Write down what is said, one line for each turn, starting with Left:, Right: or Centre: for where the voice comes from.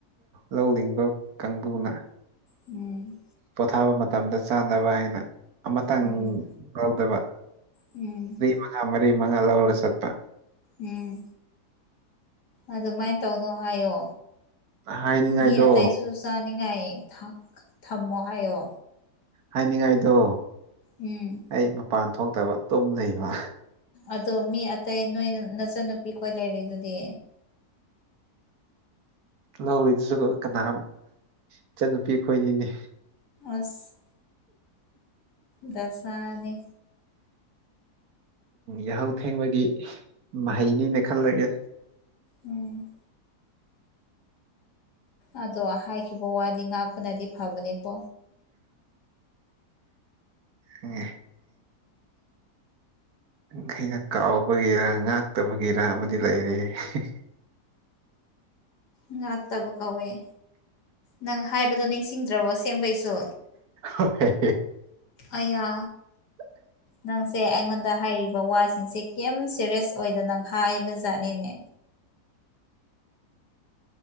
Right: ꯂꯧ ꯂꯤꯡꯕ ꯀꯥꯡꯕꯨꯅ
Left: ꯎꯝ
Right: ꯄꯣꯊꯥꯕ ꯃꯇꯝꯗ ꯆꯥꯅꯕ ꯍꯥꯏꯅ ꯑꯃꯇꯪ
Left: ꯎꯝ
Right: ꯉꯎꯗꯕ
Left: ꯎꯝ
Right: ꯃꯉꯥ ꯃꯔꯤ ꯃꯉꯥ ꯂꯧꯔꯒ ꯆꯠꯄ
Left: ꯎꯝ ꯑꯗꯨꯃꯥꯏꯅ ꯇꯧꯅꯣ ꯍꯥꯏꯌꯣ
Right: ꯍꯥꯏꯅꯤꯡꯉꯥꯏꯗꯣ
Left: ꯃꯤ ꯑꯇꯩꯁꯨ ꯆꯥꯅꯤꯡꯉꯥꯏ ꯊꯝꯃꯣ ꯍꯥꯏꯌꯣ
Right: ꯍꯥꯏꯅꯤꯡꯉꯥꯏꯗꯣ꯫
Left: ꯎꯝ꯫
Right: ꯑꯩ ꯃꯄꯥꯟ ꯊꯣꯛꯇꯕ ꯇꯨꯝ ꯂꯩꯕ꯫
Left: ꯑꯗꯣ ꯃꯤ ꯑꯇꯩ ꯅꯣꯏ ꯅꯆꯟꯅꯨꯄꯤꯈꯣꯏ ꯂꯩꯔꯤꯗꯨꯗꯤ꯫
Right: ꯂꯧꯔꯤꯗꯨꯁꯨ ꯀꯅꯥ ꯏꯆꯟꯅꯨꯄꯤ ꯑꯩ ꯈꯣꯏꯅꯤꯅꯦ꯫
Left: ꯑꯁ ꯗꯁꯥꯅꯤ꯫
Right: ꯌꯥꯍꯧ ꯊꯦꯡꯕꯒꯤ ꯃꯍꯩꯅꯤꯅ ꯈꯜꯂꯒꯦ꯫
Left: ꯎꯝ꯫ ꯑꯗꯣ ꯍꯥꯏꯈꯤꯕ ꯋꯥꯗꯤ ꯉꯥꯛꯄꯅꯗꯤ ꯐꯕꯅꯦꯀꯣ꯫
Right: ꯫ ꯑꯩꯅ ꯀꯥꯎꯕꯒꯤꯔ ꯉꯥꯛꯇꯕꯒꯤꯔ ꯑꯃꯗꯤ ꯂꯩꯔ‌ꯦ ꯍ‌ꯦ꯫
Left: ꯉ ꯇꯕꯀꯧꯋ‌ꯦ꯫ ꯅꯪ ꯍꯥꯏꯕꯗꯣ ꯅꯤꯡꯁꯤꯡꯗ꯭ꯔꯕꯣ ꯑꯁꯦꯡꯕꯩꯁꯨ꯫
Right: ꯍꯣꯏ
Left: ꯑꯌꯥ
Right: <unintelligible>
Left: ꯅꯪꯁꯦ ꯑꯩꯉꯣꯟꯗ ꯍꯥꯏꯔꯤꯕ ꯋꯥꯁꯤꯡꯁꯦ ꯀꯩꯝ ꯁꯦꯔꯤꯌꯁ ꯑꯣꯏꯗꯅ ꯅꯪ ꯍꯥꯏꯕ ꯖꯥꯠꯅꯦꯅꯦ